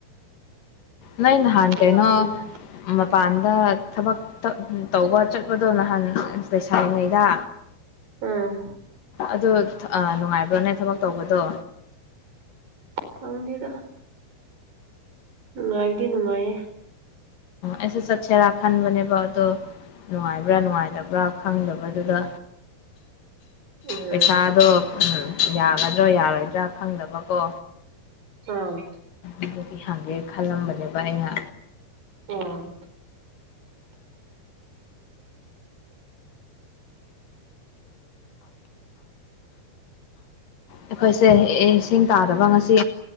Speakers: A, on the left; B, on the right.
A: ꯅꯪ ꯅꯍꯥꯟ
B: ꯇꯧꯔꯛꯄꯅꯤꯗ
A: ꯀꯩꯅꯣ ꯃꯄꯥꯟꯗ ꯊꯕꯛ ꯇꯧꯕ ꯆꯠꯄꯗꯣ ꯅꯍꯥꯟ ꯂꯩꯁꯥꯏꯔꯤꯉꯩꯗ
B: ꯎꯝ
A: ꯑꯗ ꯅꯨꯡꯉꯥꯏꯕ꯭ꯔꯣꯅꯦ ꯊꯕꯛ ꯇꯧꯕꯗꯣ
B: ꯈꯪꯗꯦꯗ ꯅꯨꯡꯉꯥꯏꯗꯤ ꯅꯨꯡꯉꯥꯏꯌꯦ
A: ꯎꯁꯦ ꯆꯠꯁꯔꯥ ꯈꯥꯟꯕꯅꯦꯕꯗꯣ ꯅꯨꯡꯉꯥꯏꯕ꯭ꯔꯥ ꯅꯨꯡꯉꯥꯏꯇꯕ꯭ꯔꯥ ꯈꯪꯗꯕꯗꯨꯗ
B: <inaudible> ꯎꯝ
A: ꯄꯩꯁꯥꯗꯣ ꯎ ꯌꯥꯒꯗ꯭ꯔꯣ ꯌꯥꯔꯣꯏꯗ꯭ꯔꯥ ꯈꯪꯗꯕꯀꯣ
B: ꯑꯝ
A: ꯑꯗꯨꯗꯤ ꯍꯪꯒꯦ ꯈꯜꯂꯝꯕꯅꯦꯕ ꯑꯩꯅ
B: ꯎꯝ
A: ꯑꯩꯈꯣꯏꯁꯦ ꯏꯁꯤꯡ ꯇꯥꯗꯕ ꯉꯁꯤ